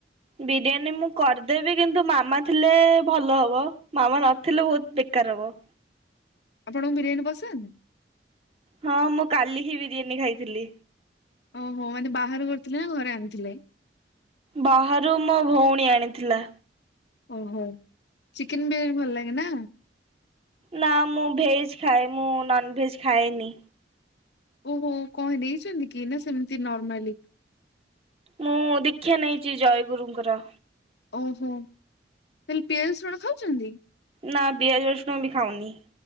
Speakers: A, on the right; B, on the left.
A: ବିରିୟାନୀ ମୁଁ କରିଦେବି କିନ୍ତୁ ମାମା ଥିଲେ ଭଲ ହବ ମାମା ନଥିଲେ ବହୁତ ବେକାର ହବ।
B: ଆପଣଙ୍କୁ ବିରିୟାନୀ ପସନ୍ଦ?
A: ହଁ ମୁଁ କାଲି ହିଁ ବିରିୟାନୀ ଖାଇଥିଲି।
B: ଓହୋ ମାନେ ବାହାରୁ କରିଥିଲେ ନା ଘରେ ଆଣିଥିଲେ?
A: ବାହାରୁ ମୋ ଭଉଣୀ ଆଣିଥିଲା।
B: ଓହୋ ଚିକେନ ବିରିୟାନୀ ଭଲ ଲାଗେ ନା
A: ନା ମୁଁ ଭେଜ ଖାଏ ମୁଁ ନନ୍ ଭେଜ ଖାଏନି।
B: ଓହୋ କଣ ନେଇଛନ୍ତି କି ନା ସେମିତି ନର୍ମାଲି
A: ମୁଁ ଦୀକ୍ଷା ନେଇଛି ଜୟ ଗୁରୁଙ୍କର।
B: ଓହୋ ତାହେଲେ ପିଆଜ ରସୁଣ ଖାଉଛନ୍ତି?
A: ନା ପିଆଜ ରସୁଣ ବି ଖାଉନି।